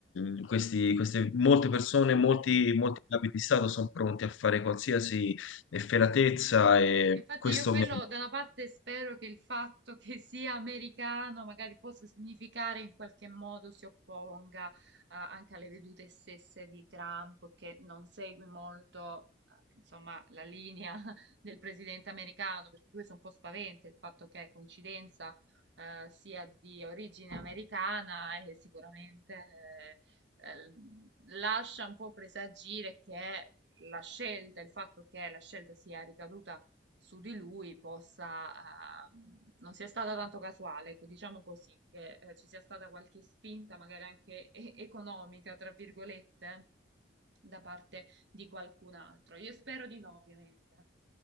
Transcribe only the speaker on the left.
Eh, Questi, queste, molte persone, molti,
molti capi di Stato sono pronti a fare qualsiasi efferatezza e
questo
mi...